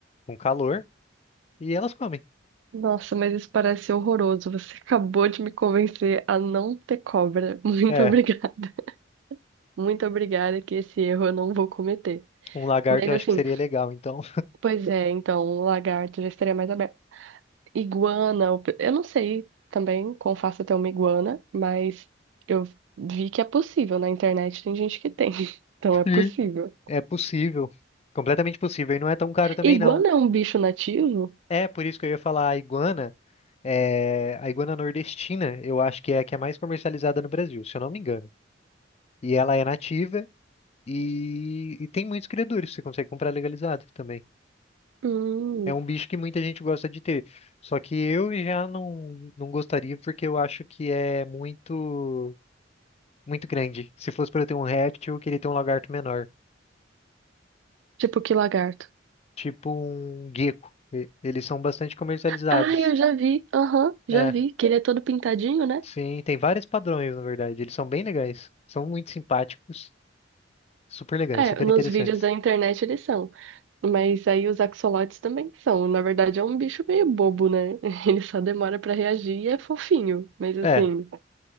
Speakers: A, on the left; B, on the right.
A: com calor. E elas comem.
B: Nossa, mas isso parece horroroso. Você <laughs> acabou de me convencer a não ter cobra. <laughs> Muito
A: É,
B: obrigada. Muito obrigada que esse erro eu não vou cometer.
A: um lagarto
B: Mas
A: eu
B: assim,
A: acho que seria legal. Então,
B: pois é, então, lagarto já estaria mais aberto. Iguana, eu eu não sei também como faço até uma iguana, mas eu vi que é possível. Na internet tem gente que tem. <laughs> Então
A: <laughs>
B: é possível.
A: Hum. é possível. Completamente possível. E não é tão caro também,
B: Iguana
A: não.
B: é um bicho nativo?
A: É, por isso que eu ia falar a iguana. é, A iguana nordestina, eu acho que é a que é mais comercializada no Brasil, se eu não me engano. E ela é nativa e, e tem muitos criadores. Você consegue comprar legalizado também.
B: Hum,
A: É um bicho que muita gente gosta de ter. Só que eu já não, não gostaria porque eu acho que é muito muito grande. Se fosse para eu ter um réptil, eu queria ter um lagarto menor,
B: tipo que lagarto.
A: tipo um gecko. E- Eles são bastante comercializados.
B: Ah, eu já vi. Aham, já
A: É,
B: vi. Que ele é todo pintadinho, né?
A: sim, tem vários padrões, na verdade. Eles são bem legais. São muito simpáticos, super legais,
B: É,
A: super
B: nos
A: interessantes.
B: vídeos da internet eles são. Mas aí os axolotes também são. Na verdade, é um bicho meio bobo, né? <laughs> Ele só demora pra reagir e é fofinho. Mas assim,
A: É,